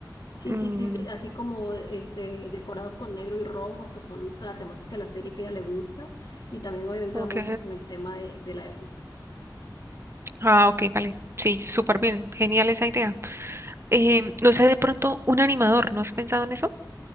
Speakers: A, on the left (about 55°); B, on the right (about 35°).
A: Sí,
B: mm,
A: sí, sí, de- así como este, decorados con negro y rojo, que son la temática de la serie que a ella le gusta, y también obviamente
B: ok.
A: va mucho con el tema de de la época.
B: Ah, ok, vale. Sí, súper bien. Genial esa idea. Em, no sé, de pronto un animador, ¿no has pensado en eso?